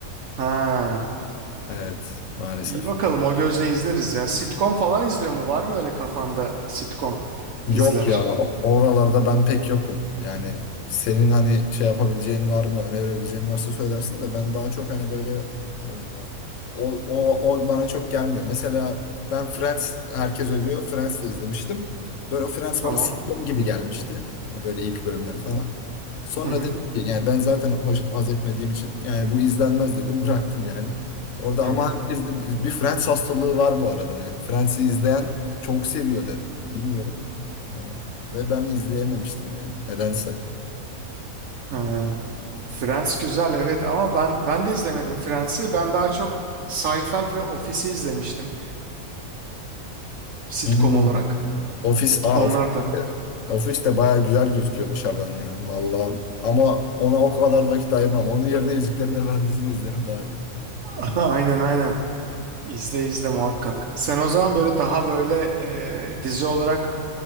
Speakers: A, on the right (about 65°); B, on the left (about 65°).
A: Ha
B: Evet maalesef.
A: iyi bakalım o gözle izleriz ya. Sitcom falan izliyor mu? Var mı öyle kafanda sitcom
B: Yok
A: diziler?
B: ya oralarda ben pek yokum. Yani senin hani şey yapabileceğin var mı önerebileceğin varsa söylersin de ben daha çok hani böyle e, o, o, o bana çok gelmiyor. Mesela ben Friends herkes övüyor. Friends de izlemiştim. Böyle o Friends
A: Tamam.
B: bana sitcom gibi gelmişti. Yani böyle ilk bölümleri falan. Sonra
A: Hı hı.
B: dedim ki yani ben zaten hoş, haz etmediğim için yani bu izlenmez dedim bıraktım yani. Orada
A: Hı
B: ama
A: hı.
B: herkeste bir bir Friends hastalığı var bu arada yani. Friends'i izleyen çok seviyor neden bilmiyorum. Ee, Ve ben izleyememiştim yani nedense.
A: Ha. Friends güzel evet ama ben ben de izlemedim Friends'i. Ben daha çok Seinfeld ve Office'i izlemiştim sitcom
B: Hmm.
A: olarak.
B: Ofis, aa
A: Onlar
B: ofis
A: da.
B: ofis de baya güzel gözüküyor dışarıdan ya valla. Ama ona o kadar vakit ayırmam. Onun yerine Yüzüklerin Efendisi'ni izlerim daha iyi.
A: <laughs> Aynen aynen. İzle izle muhakkak. Sen o zaman böyle daha böyle e, dizi olarak